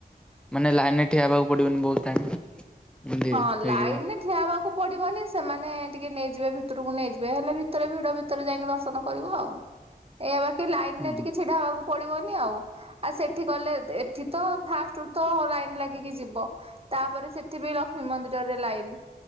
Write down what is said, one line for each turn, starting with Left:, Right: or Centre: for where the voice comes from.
Centre: ମାନେ ଲାଇନ ରେ ଠିଆ ହେବାକୁ ପଡିବନି ବହୁତ ଟାଇମ। ଏମିତି
Right: ହଁ
Centre: ହେଇଯିବ
Right: ଲାଇନ ରେ ଠିଆ ହେବାକୁ ପଡ଼ିବନି ସେମାନେ ଟିକେ ନେଇଯିବେ ଭିତରକୁ ନେଇଯିବେ ହେଲେ ଭିତରେ ଭିଡ଼ ଭିତରେ ଯାଇକି ଦର୍ଶନ କରିବ ଆଉ। ଏ ବାକି ଲାଇନରେ
Centre: ହୁଁ
Right: ଟିକେ ଛିଡା ହବାକୁ ପଡିବନି ଆଉ। ଆଉ ସେଠି ଗଲେ ଏଠି ତ ଫାଷ୍ଟ ରୁ ତ ଲାଇନ ଲାଗିକି ଯିବ। ତାପରେ ସେଠି ବି ର- ଲକ୍ଷ୍ମୀ ମନ୍ଦିରରେ ଲାଇନ୍।